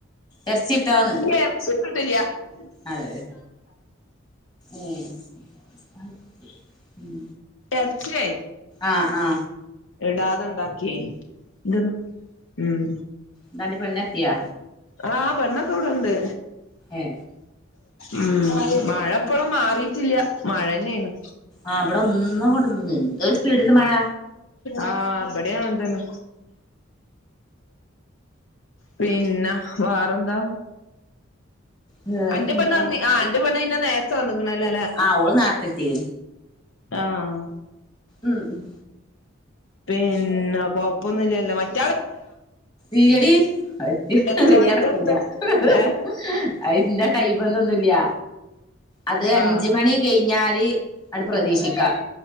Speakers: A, on the left; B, on the left.
A: എർച്ചീട്ടോ ന്ന്
B: ല്ലാ എറ്ച്ചീട്ട്ട്ടില്ലാ <unintelligible>
A: അതെ ഏ ഉം ഉം
B: എറ്ച്ചീയേ
A: ആആ
B: ഇടാതെ ണ്ടാക്കി ഉം ഉം
A: ന്താന്റെ പെണ്ണെത്തിയാ?
B: ആഹ് പെണ്ണൊക്കെ വ്ടെണ്ട്
A: ഏ
B: ഉം മഴപ്പളും മാറിട്ടില്ല മഴ ന്നെയാണ്.
A: ആ പെടെ ഒന്നും കൊണ്ടന്ന് എന്തോരു സ്പീഡില് മഴ
B: ആഹ ബടിയാങ്ങനത്തെന്നെ പിന്ന വാറെന്താ
A: വേറെപ്പെന്താണ്
B: അന്റെ പേണ്ണ് വന്നി ആ അന്റെ പെണ്ണ് അയ്ന് നേര്ത്തെ വന്ന്ക്ണല്ലേ
A: ആ ഓള് നാറ്ത്തെത്തി.
B: ആഹ്
A: ഉം ഉം
B: പിന്നെ കൊപ്പൊന്നുംല്ലല്ലോ മറ്റ.
A: ഇല്ലടി. അജു
B: എത്ര
A: നിയാടകുല
B: മണിക്കാ എത്താ
A: ഹി ഹെ
B: ഏ
A: ഹേ അഹ് ഇന്നടൈമ് ന്നൊന്നുംല്ല്യ അത് അഞ്ച്മണി
B: ആ
A: കഴിഞ്ഞാല് അട് പ്രതീക്ഷിക്കാം.